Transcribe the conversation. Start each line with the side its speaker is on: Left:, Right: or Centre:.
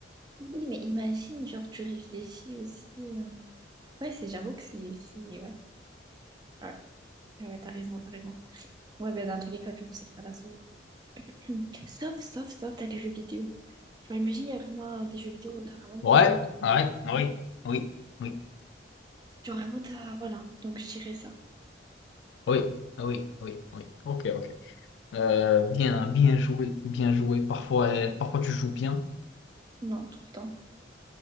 Right: Oui, mais imagine, genre, tu réfléchis aussi. euh, Ouais, c'est, j'avoue que c'est. c'est- Ouais. Ouais, ouais, ouais, t'as raison, t'as raison. Ouais, ben dans tous les cas, du coup, ça sera la souris. <clears throat> Sauf, sauf, sauf, t'as des jeux vidéo. Genre, imagine, il y a vraiment des jeux vidéo où t'as vraiment besoin
Left: Ouais,
Right: de
Left: ouais, oui,
Right: papier.
Left: oui, oui,
Right: Genre, vraiment, t'as. Voilà. Donc, je dirais ça.
Left: oui, oui, oui, oui. Ok, ok. Euh, bien, bien joué, bien joué. Parfois, euh, parfois tu joues bien.
Right: Non, tout le temps.